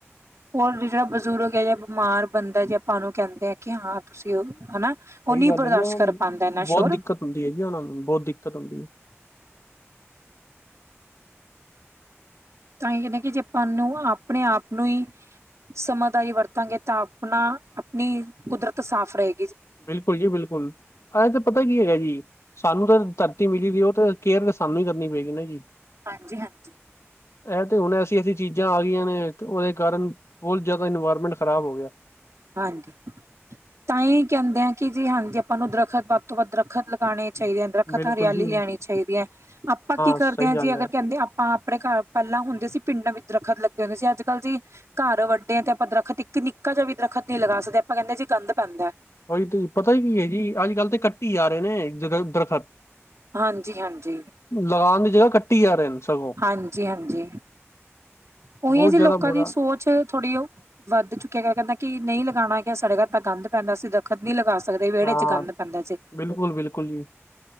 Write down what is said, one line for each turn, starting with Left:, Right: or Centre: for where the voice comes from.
Right: ਹੋਰ ਜਿਹੜਾ ਬਜ਼ੁਰਗ ਹੈ ਜਾਂ ਬਿਮਾਰ ਬੰਦਾ ਜੇ ਆਪਾਂ ਨੂੰ ਕਹਿੰਦੇ ਆ ਕਿ ਹਾਂ ਤੁਸੀਂ ਉਹ ਹੈਨਾ।
Left: ਸਹੀ
Right: ਉਹ ਨੀ
Left: ਗੱਲ
Right: ਬਰਦਾਸ਼ਤ
Left: ਹੈ ਜੀ ਉਹਨਾਂ
Right: ਕਰ
Left: ਨੂੰ
Right: ਪਾਂਦਾ ਇਨਾ
Left: ਬਹੁਤ
Right: ਸ਼ੋਰ।
Left: ਦਿੱਕਤ ਹੁੰਦੀ ਏ ਜੀ ਉਹਨਾ ਨੂੰ ਬਹੁਤ ਦਿੱਕਤ ਹੁੰਦੀ ਏ।
Right: ਤਾਂਈ ਕਹਿੰਨੇ ਆਂ ਕਿ ਜੇ ਆਪਾਂ ਨੂੰ ਆਪਣੇ ਆਪ ਨੂੰ ਈ ਸਮਝਦਾਰੀ ਵਰਤਾਂਗੇ ਤਾਂ ਆਪਣਾ ਆਪਣੀ ਕੁਦਰਤ ਸਾਫ਼ ਰਏ
Left: ਬਿਲਕੁਲ ਜੀ ਬਿਲਕੁਲ ਐਹ ਤਾਂ ਪਤਾ ਕੀ ਹੈਗਾ ਜੀ, ਸਾਨੂੰ ਤਾਂ ਧਰਤੀ ਮਿਲੀ ਦੀ ਓਹ ਤਾਂ ਕੇਅਰ ਤਾਂ ਸਾਨੂੰ ਈ ਕਰਨੀ ਪਏਗੀ ਨਾ ਜੀ।
Right: ਹਾਂਜੀ-ਹਾਂਜੀ।
Left: ਇਹ ਤੇ ਹੁਣ ਐਸੀ-ਐਸੀ ਚੀਜ਼ਾਂ ਆ ਗਈਆਂ ਨੇ, ਓਹਦੇ ਕਾਰਨ ਬੋਤ ਜ਼ਾਦਾ ਇਨਵਾਇਰਮੈਂਟ ਖਰਾਬ ਹੋ ਗਿਆ।
Right: ਹਾਂਜੀ ਤਾਂ ਹੀ ਕਹਿੰਦੇ ਆ ਕਿ ਜੀ ਹਾਂਜੀ ਆਪਾਂ ਨੂੰ ਦਰਖਤ ਵੱਧ ਤੋਂ ਵੱਧ ਦਰੱਖਤ ਲਗਾਉਣੇ ਚਾਹੀਦੀ ਹੈ, ਦਰਖਤ
Left: ਬਿਲਕੁਲ
Right: ਹਰਿਆਲੀ
Left: ਜੀ
Right: ਲਿਆਣੀ ਚਾਹੀਦੀ ਹੈ, ਆਪਾਂ ਕੀ
Left: ਸਹੀ
Right: ਕਰਦੇ ਹਾਂ
Left: ਗੱਲ
Right: ਜੀ, ਅਗਰ
Left: ਹੈ
Right: ਕਹਿੰਦੇ ਆਪਾਂ ਆਪਣੇ ਘਰ ਪਹਿਲਾਂ ਹੁੰਦੇ ਸੀ, ਪਿੰਡਾਂ ਵਿੱਚ ਦਰੱਖਤ ਲੱਗੇ ਹੁੰਦੇ ਸੀ, ਅੱਜ ਕੱਲ੍ਹ ਜੀ ਘਰ ਵੱਡੇ ਆ, ਤੇ ਆਪਾਂ ਦਰੱਖਤ ਇੱਕ ਨਿੱਕਾ ਜਿਹਾ ਵੀ ਦਰਖਤ ਨੀ ਲਗਾ ਸਕਦੇ, ਆਪਾਂ ਕਹਿੰਦੇ ਜੀ ਕੰਧ ਪੈਂਦਾ
Left: ਹਾਂਜੀ ਪਤਾ ਕੀ ਹੈ ਜੀ, ਅੱਜ ਕੱਲ੍ਹ ਤੇ ਕੱਟੀ ਜਾ ਰਹੇ ਨੇ ਦਰੱਖ਼ਤ।
Right: ਹਾਂਜੀ ਹਾਂਜੀ
Left: ਲਗਾਉਣ ਦੀ ਜਗ੍ਹਾ ਕੱਟੀ ਜਾ ਰਹੇ ਨੇ। ਸਗੋਂ
Right: ਹਾਂਜੀ ਹਾਂਜੀ, ਉਹੀ
Left: ਬਹੁਤ
Right: ਹੈ ਜੀ,
Left: ਜ਼ਿਆਦਾ
Right: ਲੋਕਾਂ
Left: ਬੁਰਾ
Right: ਦੀ ਸੋਚ ਥੋੜ੍ਹੀ ਉਹ ਵੱਧ ਚੁੱਕਿਆ ਗਿਆ, ਕਹਿੰਦਾ ਕਿ, ਨਹੀਂ ਲਗਾਉਣਾ ਕਿ ਸਾਡੇ ਘਰ ਤਾਂ ਗੰਦ ਪੈਂਦਾ ਸੀ ਗਾ। ਦਰੱਖ਼ਤ ਨਹੀਂ ਲਗਾ ਸਕਦੇ, ਵਿਹੜੇ
Left: ਹਾਂ
Right: ਚ ਗੰਦ ਪੈਂਦਾ ਜੀ।
Left: ਬਿਲਕੁਲ ਬਿਲਕੁਲ ਜੀ